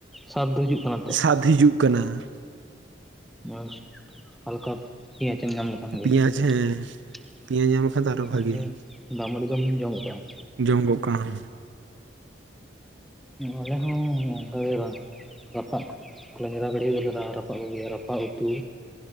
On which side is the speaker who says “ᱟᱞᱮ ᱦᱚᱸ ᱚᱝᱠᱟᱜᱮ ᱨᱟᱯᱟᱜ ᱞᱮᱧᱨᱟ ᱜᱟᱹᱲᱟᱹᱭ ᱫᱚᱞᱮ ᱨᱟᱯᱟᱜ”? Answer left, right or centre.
Centre